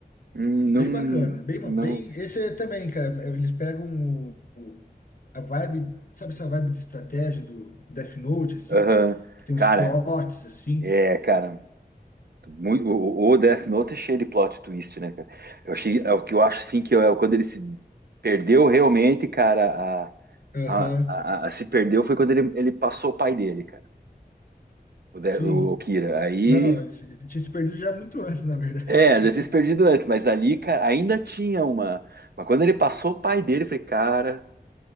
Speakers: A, on the right; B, on the left.
A: Hum, Não,
B: Bem bacana, bem,
A: não.
B: bem, esse é também, cara, eles pegam o- o- a vibe, sabe essa vibe de estratégia do Death Note, assim,
A: Aham.
B: que tem
A: Cara,
B: uns plots, assim,
A: é, cara. Muito, o, o Death Note é cheio de plot twist, né, cara? Eu achei, é o que eu acho, assim, que é quando ele se perdeu realmente, cara,
B: aham,
A: a, a, a- a se perdeu foi quando ele, ele passou o pai dele, cara, o, De,
B: Sim,
A: o, o Kira. Aí,
B: não, ele se- ele tinha se perdido já muito <laughs> antes, na verdade,
A: é,
B: <laughs>
A: já tinha se perdido antes, mas ali, cara, ainda tinha uma. Mas quando ele passou o pai dele, eu falei, cara,